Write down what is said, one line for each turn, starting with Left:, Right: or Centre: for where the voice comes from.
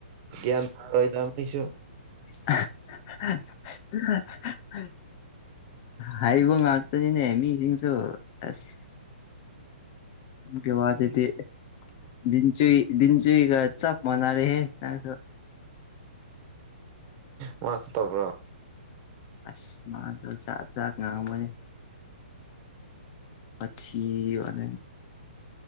Right: ꯒ꯭ꯌꯥꯟ ꯐꯔꯣꯏꯗ ꯃꯤꯁꯨ
Left: <unintelligible> ꯍꯥꯏꯕ ꯉꯥꯛꯇꯅꯤꯅꯦ ꯃꯤꯁꯤꯡꯁꯨ ꯑꯁ <inaudible> ꯋꯥꯗꯨꯗꯤ ꯗꯤꯟꯆꯨꯏ ꯗꯤꯟꯆꯨꯏꯒ ꯆꯞ ꯃꯥꯟꯅꯔꯦꯍꯦ ꯅꯪꯁꯨ
Right: ꯃꯥꯁꯨ ꯇꯧꯕ꯭ꯔꯥ
Left: ꯑꯁ ꯃꯥꯁꯨ ꯖꯥꯠ ꯖꯥꯠ ꯉꯥꯡꯕꯅꯦ ꯋꯥꯊꯤ ꯋꯥꯔꯦꯝ